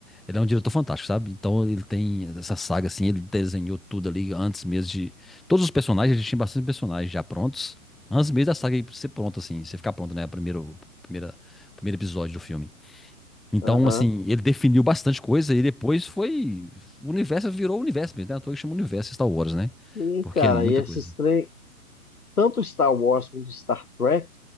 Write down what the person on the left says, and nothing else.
Aham.
Sim,
cara,
e esses
três, tanto Star Wars quanto Star Trek,